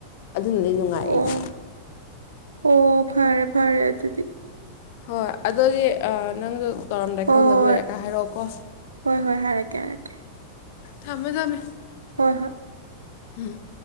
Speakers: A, on the left; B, on the right.
A: ꯑꯗꯨꯅꯗꯤ ꯅꯨꯡꯉꯥꯏ
B: ꯑꯣ
A: ꯑꯩꯗꯤ
B: ꯑꯣ ꯐꯔꯦ ꯐꯔꯦ ꯑꯗꯨꯗꯤ
A: ꯍꯣꯏ ꯑꯗꯨꯗꯤ ꯅꯪꯗꯣ ꯇꯧꯔꯝꯗꯥꯏ
B: ꯍꯣꯏ
A: ꯈꯪꯗꯕ ꯂꯩꯔꯒ
B: ꯍꯣꯏ
A: ꯍꯥꯏꯔꯛꯑꯣꯀꯣ
B: ꯍꯣꯏ ꯍꯣꯏ ꯍꯥꯏꯔꯛꯀꯦ ꯍꯥꯏꯔꯛꯀꯦ
A: ꯊꯝꯃꯦ ꯊꯝꯃꯦ
B: ꯍꯣꯏ ꯍꯣꯏ
A: ꯍꯝ